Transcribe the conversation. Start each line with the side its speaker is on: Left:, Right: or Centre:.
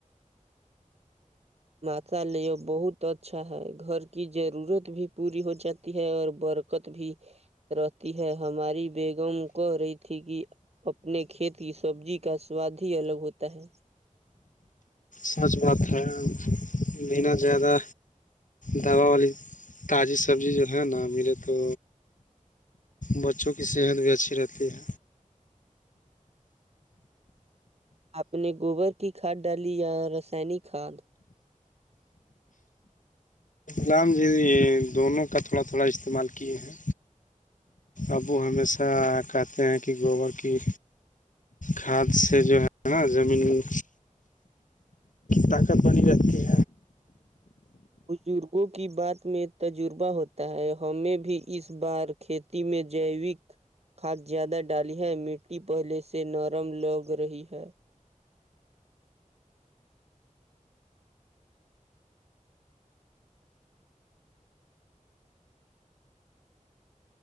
Right: ماتا لیے بہت اچھا ہے گھر کی ضرورت بھی پوری ہو جاتی ہے اور برکت بھی رہتی ہے ہماری بیگم کہ رہی تھی کہ اپنے کھیت کی سبزی کا سواد ہی الگ ہوتا ہے
Left: سچ بات ہے بنا زیادہ دوبا والی تازی سبزی جو ہے نا ملے تو بچوں کی صحت بھی اچھی رہتی ہے
Right: آپ نے گوبر کی کھاد ڈالی یا رسائنک کھاد
Left: لام جی دونوں کا تھوڑا تھوڑا استعمال کیے ہیں ابو ہمیشہ کہتے ہیں کہ گوبر کی کاد سے جو ہے زمین طاقت بنی رتی ہے
Right: بزرگوں کی بات میں تجربہ ہوتا ہے ہمیں بھی اس بار کھیت تی میں جیوک کھاد زیادہ ڈالی ہے مٹی پہلے سے نرم لگ رہی ہے